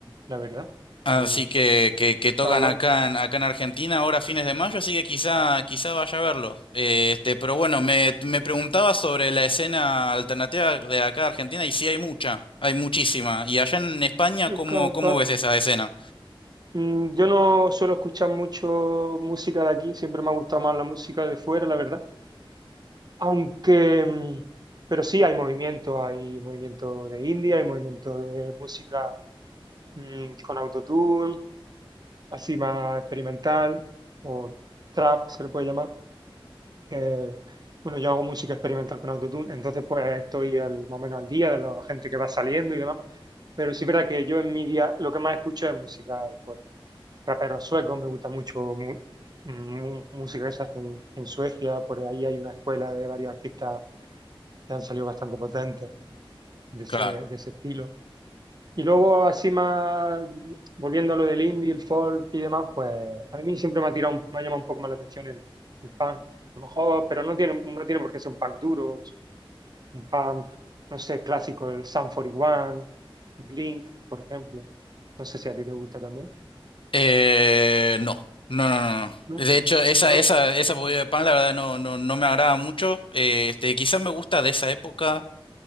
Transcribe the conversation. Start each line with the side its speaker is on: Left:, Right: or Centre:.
Right: la verdad.
Left: Así
Right: Mm,
Left: que, que, que tocan
Right: Está guay.
Left: acá en, acá en Argentina ahora a fines de mayo, así que quizá, quizá vaya a verlos. Eh, este, pero bueno, me, me preguntaba sobre la escena alternativa de acá de Argentina y sí hay mucha, hay muchísima. ¿Y allá en España
Right: Yo
Left: cómo,
Right: capaz.
Left: cómo ves esa escena?
Right: Mm, Yo no suelo escuchar mucho música de aquí, siempre me ha gustado más la música de fuera, la verdad. Aunque, mm, pero sí hay movimiento, hay movimiento de India, hay movimiento de música mm, con autotune, así más experimental, o trap se le puede llamar. Eh, bueno, yo hago música experimental con autotune, entonces pues estoy al, más o menos al día de la gente que va saliendo y demás. Pero sí es verdad que yo en mi día lo que más escucho es música de fuera. raperos suecos, me gusta mucho mu- mu- música que se hace en, en Suecia, por ahí hay una escuela de varios artistas que han salido bastante potentes de ese,
Left: Claro.
Right: de ese estilo. Y luego, así más, volviendo a lo del indie, el folk y demás, pues a mí siempre me ha tirado, un- me ha llamado un poco más la atención el, el punk, a lo mejor, pero no tiene, no tiene por qué ser un punk duro, es un punk, no sé, clásico, el Sum 41, Blink, por ejemplo. No sé si a ti te gusta también,
Left: Eh, no, no, no, no. no.
Right: ¿no?
Left: De hecho, esa,
Right: Rock.
Left: esa, esa podrida de pan, la verdad, no, no, no me agrada mucho. Eh, este, quizá me gusta de esa época.